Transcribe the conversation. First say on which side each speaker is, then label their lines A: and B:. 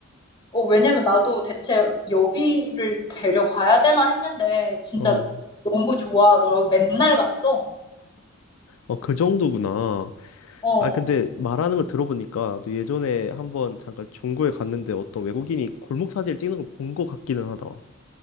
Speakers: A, on the left (about 20°); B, on the left (about 75°).
A: 어, 왜냐면 나도 대체 여기를 데려가야 되나 했는데 진짜
B: 어,
A: 너무 좋아하더라고. 맨날 갔어.
B: 어, 그 정도구나.
A: 어,
B: 아, 근데 말하는 걸 들어보니까 너 예전에 한번 잠깐 중구에 갔는데 어떤 외국인이 골목 사진을 찍는 걸 본 것 같기는 하다.